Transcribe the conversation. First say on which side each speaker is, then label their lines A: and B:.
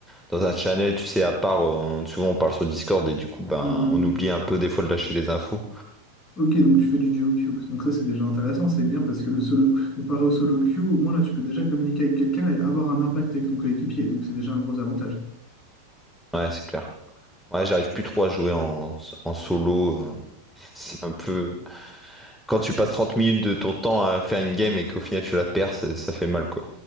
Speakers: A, in the centre; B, on the left (about 25°).
A: dans un channel, tu sais, à part, euh, on- souvent, on parle sur Discord et du coup, ben,
B: Mm, mm,
A: on
B: mm.
A: oublie un peu des fois de lâcher les infos.
B: Ok, donc tu fais du duo queue. Donc ça, c'est déjà intéressant, c'est bien parce que le solo, <laughs> comparé au solo queue, au moins là, tu peux déjà communiquer avec quelqu'un et avoir un impact avec ton coéquipier. Donc c'est déjà un gros avantage.
A: Ouais, c'est clair. Ouais, j'arrive plus trop à jouer en, en solo. euh, C'est un peu. quand tu passes 30 minutes de ton temps à faire une game et qu'au final tu la perds, ça, ça fait mal, quoi.